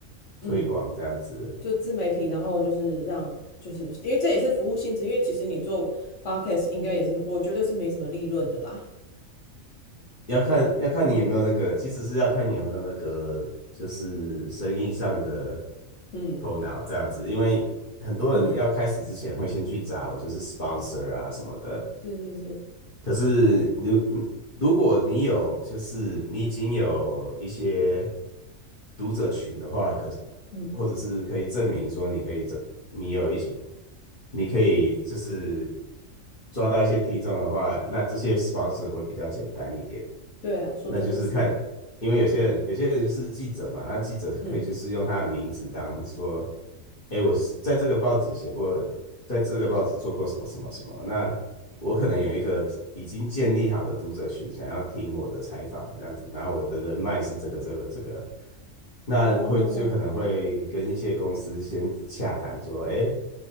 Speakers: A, on the left (about 60°); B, on the left (about 40°).
A: 嗯，
B: 推广这样子，
A: 就自媒体，然后就是让，就是因为这也是服务性质，因为其实你做 podcast 应该也是，我觉得是没什么利润的啦。
B: 要看要看你有没有那个，其实是要看你有没有那个，就是生意上的
A: 嗯
B: 头脑这样子。因为很多人要开始之前会先去找就是
A: 嗯，
B: sponsor 啊什么的，
A: 是是是，
B: 可是如如果你有就是你已经有一些读者群的话，可是
A: 嗯。
B: 或者是可以证明说你可以这你有一些你可以就是抓到一些听众的话，那这些 sponsor 会比较简单一点。
A: 对啊，说真的是，
B: 那就是看，因为有些人有些人就是记者嘛，那记者可以就是用他的名字当说，
A: 嗯，
B: 哎，我是在这个报纸写过，在这个报纸做过什么什么什么，那我可能有一个已经建立好的读者群，想要听我的采访这样子，然后我的人脉是这个这个这个，那会就可能会跟一些公司先洽谈说，
A: 哦，
B: 哎，